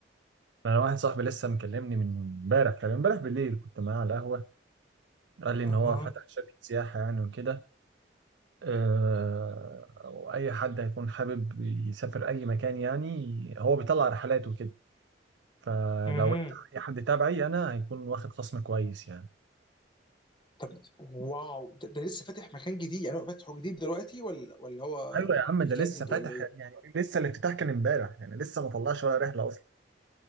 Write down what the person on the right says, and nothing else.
انا واحد صاحبي لسه مكلمني من امبارح كان امبارح بالليل كنت معاه على القهوه قال لي
ان هو فتح شركه سياحه يعني وكده آه، واي حد هيكون حابب يسافر اي مكان يعني هو بيطلع رحلات وكده فلو
انت اي حد تابعي انا هيكون واخد خصم كويس يعني
ايوه يا عم
ده لسه فاتح
يعني لسه الافتتاح كان امبارح يعني لسه ما طلعش ولا رحله اصلا